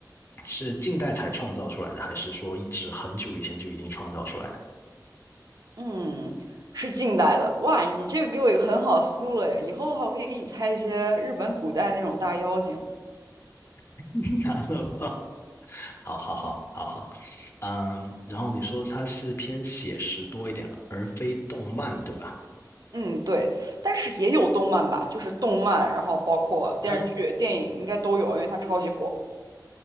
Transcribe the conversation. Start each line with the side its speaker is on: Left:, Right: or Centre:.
Left: 是近代才创造出来的，还是说一直很久以前就已经创造出来的？
Right: 嗯，是近代的。哇，你这个给我一个很好的思路诶，以后的话我可以给你猜一些日本古代那种大妖精。
Left: <laughs> 难了吧？好好好好好，嗯，然后你说它是偏写实多一点，而非动漫，对吧？
Right: 嗯，对，但是也有动漫吧，就是动漫，然后包括电视剧、
Left: 它
Right: 电影应该都有，因为它超级火。